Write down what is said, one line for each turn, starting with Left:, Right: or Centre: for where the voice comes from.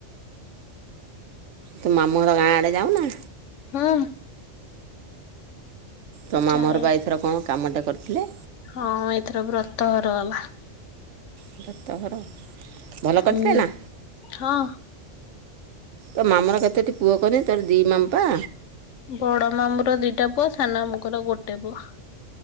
Right: ତୁ ମାମଁ ଘର ଗାଁ ଆଡ଼େ ଯାଇନ?
Left: ହଁ।
Right: ତ ମ
Left: ଯାଏ
Right: ମାମୁଁ ଘର ପା ଏଥର କଣ କାମଟେ କରିଥିଲେ?
Left: ହଁ ଏଥର ବ୍ରତ ହର ଗ <unintelligible>
Right: ବ୍ରତ ଘର ଭଲ କରିଥିଲେ
Left: ହୁଁ
Right: ନା?
Left: ହଁ
Right: ତୋ ମାମା କେତେଟି ପୁଅ କହନି? ତୋର ଦିଇ ମାମୁଁ ପା।
Left: ବଡ ମାମୁଁ ର ଦିଟା ପୁଅ ସାନ ମାମୁଁ ଙ୍କର ଗୋଟେ ପୁଅ।